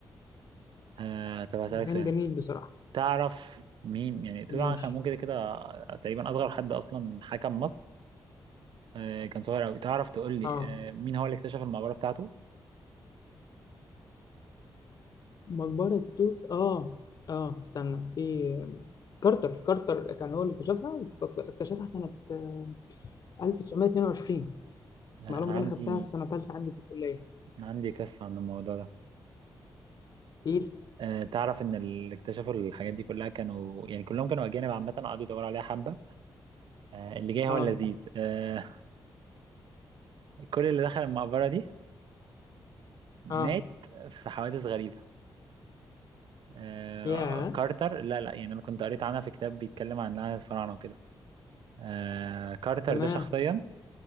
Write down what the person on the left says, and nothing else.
مكان
جميل بصراحه
ماشي
اه
مقبره توت اه اه استنى في كارتر كارتر كان هو اللي اكتشفها فك- اكتشفها سنه آه، 1922
المعلومه
دي انا خدتها في سنه ثالثه عندي في الكليه
تقيل
اه
اه
ياه
تمام